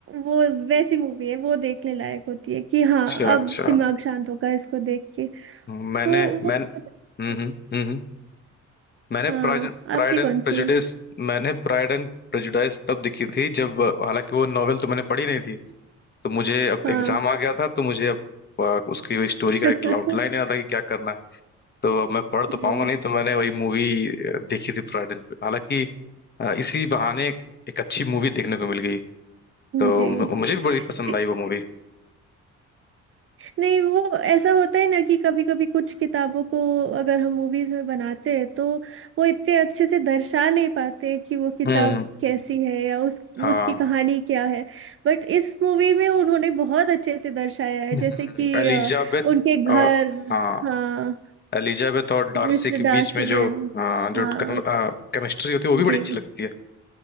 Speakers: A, on the right; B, on the left.
A: वो वैसी मूवी है वो देखने लायक होती है कि
B: अच्छा
A: हाँ
B: अच्छा
A: अब दिमाग शांत होगा इसको देख के
B: <laughs> मैंने
A: तो वो
B: मैंने
A: बहुत अच्छी
B: हम्म
A: है।
B: हम्म हम्म, हम्म। मैंने
A: हाँ
B: प्राइड
A: आपकी
B: एंड
A: कौन
B: प्रेजुडिस
A: सी है
B: मैंने प्राइड एंड प्रेजुडिस तब देखी थी जब हालांकि वो नॉवेल तो मैंने पढ़ी नहीं थी तो मुझे अब
A: हाँ
B: एग्जाम आ गया था तो मुझे अब अ, उसकी स्टोरी
A: <laughs>
B: का एक आउटलाइन याद था कि क्या करना है तो अब मैं पढ़
A: जी
B: तो पाऊंगा नहीं तो मैंने वही मूवी देखी थी पूरा दिन पे हालांकि अ, इसी बहाने एक अच्छी मूवी देखने को मिल गई तो
A: जी
B: मु- मुझे भी बड़ी पसंद
A: जी
B: आई वो मूवी
A: नहीं वो ऐसा होता है ना कि कभी कभी कुछ किताबों को अगर हम मूवीज में बनाते हैं तो वो इतने अच्छे से दर्शा नहीं पाते कि वो किताब
B: हम्म
A: कैसी है या उस
B: हाँ
A: उसकी कहानी क्या है बट इस मूवी में उन्होंने बहुत अच्छे से दर्शाया है
B: हम्म,
A: जैसे कि
B: एलिजाबेथ
A: अ, उनके घर
B: और हाँ
A: हाँ
B: एलिजाबेथ और डार्सी
A: मिस्टर
B: के
A: डासियन
B: बीच में जो हाँ जो
A: हाँ
B: केमिस्ट्री होती है वो भी बड़ी
A: जी
B: अच्छी लगती है